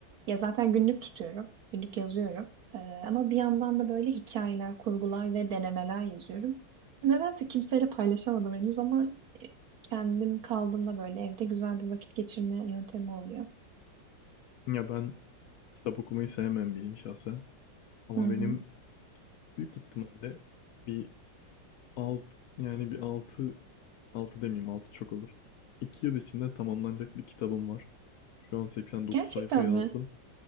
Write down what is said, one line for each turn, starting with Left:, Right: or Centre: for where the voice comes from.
Right: Ya zaten günlük tutuyorum. Günlük yazıyorum. Ee, ama bir yandan da böyle hikayeler, kurgular ve denemeler yazıyorum. Nedense kimseyle paylaşamadım henüz ama e, kendim kaldığımda böyle evde güzel bir vakit geçirme yöntemi oluyor.
Left: Ya ben kitap okumayı sevmem biriyim şahsen. Ama
Right: Hı hı.
Left: benim büyük ihtimalle bir alt yani bir altı altı demeyeyim altı çok olur. iki yıl içinde tamamlanacak bir kitabım var. Şu an 89
Right: Gerçekten
Left: sayfa yazdım.
Right: mi?